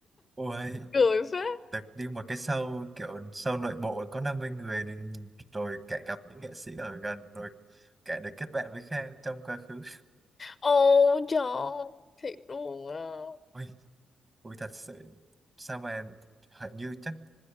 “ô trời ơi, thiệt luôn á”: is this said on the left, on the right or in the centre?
Left